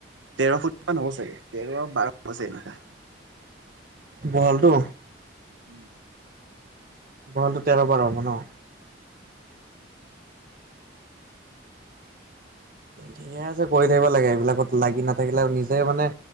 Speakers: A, on the right; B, on the right.
A: তেৰ ফুটা মান হ'ব চাগে তেৰ বাৰ হৈছে এনেকা।
B: বহলটো।
A: উম,
B: বহলটো তেৰ বাৰ হ'ব ন। ধুনীয়াচে কৰি থাকিব লাগে এইবিলাকত লাগি নাথাকিলে নিজে মানে